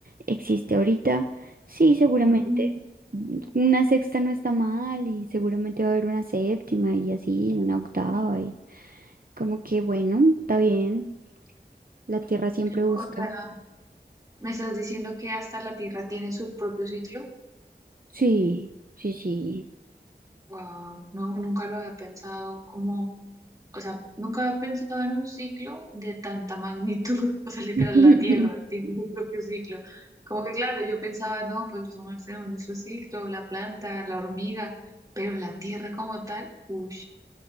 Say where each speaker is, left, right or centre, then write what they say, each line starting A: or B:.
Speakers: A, on the right; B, on the right.
A: existe ahorita, sí, seguramente.
B: Ujú.
A: Una sexta no está mal y seguramente va a haber una séptima y así, una octava y como que bueno, está bien. La Tierra siempre busca.
B: O sea, me estás diciendo que hasta la Tierra tiene su propio ciclo.
A: Sí, sí, sí.
B: Wow, no, nunca lo había pensado como O sea, nunca había pensado en un ciclo de tanta magnitud. <laughs> O sea, literal,
A: <laughs>
B: la Tierra tiene su propio ciclo. Como que claro, yo pensaba, no, pues los humanos tenemos nuestro ciclo, la planta, la hormiga, pero la Tierra como tal, uff.